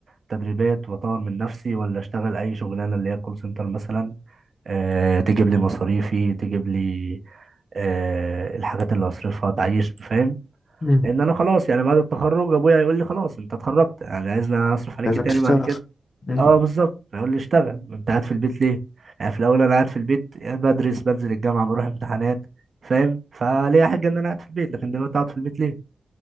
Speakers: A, on the right; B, on the left.
A: تدريبات واطور من نفسي ولا اشتغل اي شغلانة اللي هي كول سنتر مثلا آه، تجيب لي مصاريفي تجيب لي آه، الحاجات اللي هصرفها تعيش فاهم
B: مم.
A: لان انا خلاص يعني بعد التخرج ابويا هيقول لي خلاص انت اتخرجت يعني عايزني اصرف عليك
B: لازم
A: إيه تاني
B: تشتغل
A: بعد كده
B: مم.
A: اه بالظبط هيقول لي اشتغل انت قاعد في البيت ليه يعني في الاول انا قاعد في البيت بدرس بنزل الجامعه بروح امتحانات فاهم فليه حاجه ان انا قاعد في البيت لكن دلوقتي اقعد في البيت ليه